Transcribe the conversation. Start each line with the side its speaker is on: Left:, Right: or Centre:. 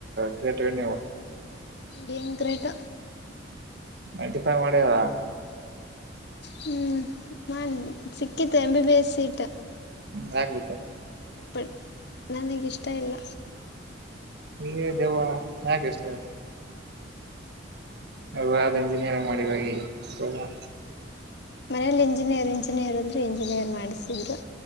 Right: ಗ್ರೇಟ್ ವ ನೀವು
Left: ಬಂಗ ಗ್ರೇಟ್
Right: ಅಲ್ಟಿಫೈ ಮಾಡವ
Left: ಹ್ಮ್ ನನ್ ಸಿಕ್ಕತ್ತು M. B. B. S. Seat
Right: ಹ್ಮ್ ಆಗ್ಬಿಟ್ಟಾ <inaudible>
Left: ಬಟ್ ನನಗಿಷ್ಟ ಇಲ್ಲ
Right: ಹೇ ದೇವಳ ಯಾಕೆ ಇಷ್ಟ್ ಇಲ್ಲಾ ಅವಾಗ್ ಇಂಜಿನಿಯರಿಂಗ್ ಮಾಡಿವ ಸುಮ್ನ
Left: ಮನೇಲಿ ಇಂಜಿನಿಯರ್ ಇಂಜಿನಿಯರ್ ಅಂದ್ರರು ಇಂಜಿನಿಯರ್ ಮಾಡಿಸಿದ್ರು